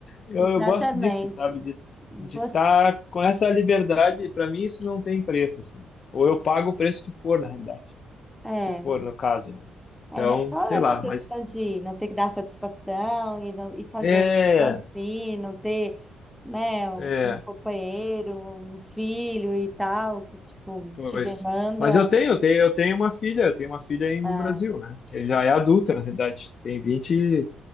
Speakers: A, on the left (about 50°); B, in the centre.
A: eu,
B: Exatamente.
A: eu gosto disso, sabe, de
B: Você,
A: de estar com essa liberdade, para mim isso não tem preço, assim, ou eu pago o preço que for, na realidade
B: é,
A: se for no caso, né?
B: é,
A: Então,
B: mas só
A: sei
B: essa
A: lá,
B: questão
A: mas
B: de não ter que dar satisfação e, não, e fazer
A: é,
B: o que você está afim, não ter, né, um,
A: é,
B: um companheiro, um filho e tal, que, tipo,
A: pois.
B: te demanda.
A: Mas eu tenho, eu tenho, eu tenho uma filha, eu tenho uma filha aí
B: ah,
A: no Brasil, né? Que já é adulta, na realidade, tem vinte,